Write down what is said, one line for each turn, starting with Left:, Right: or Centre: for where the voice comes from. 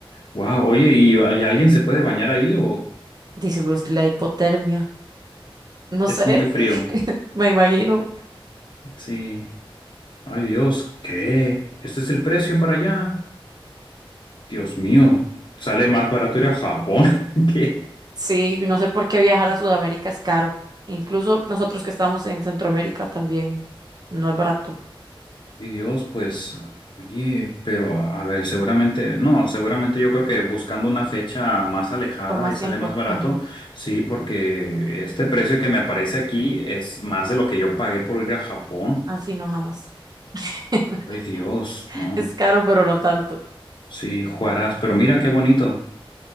Left: Wow, oye, ¿y, y alguien se puede bañar ahí o
Right: dice Bruce, la hipotermia. No
Left: es
Right: sé,
Left: muy frío?
Right: <laughs> me imagino.
Left: Sí. Ay, Dios, ¿qué? ¿Este es el precio para allá? Dios mío, sale más barato ir a Japón. <laughs> ¿Qué?
Right: Sí, no sé por qué viajar a Sudamérica es caro. Incluso nosotros que estamos en Centroamérica también no es barato.
Left: Y Dios, pues, oye, pero a a ver, seguramente, no, seguramente yo creo que buscando una fecha más alejada
Right: Con más
Left: y sale
Right: tiempo.
Left: más barato,
Right: Ajá.
Left: sí, porque este precio que me aparece aquí es más de lo que yo pagué por ir a Japón.
Right: Así no, jamás. <laughs>
Left: Ay, Dios, no,
Right: Es caro, pero no tanto.
Left: sí, Juarás, pero mira qué bonito.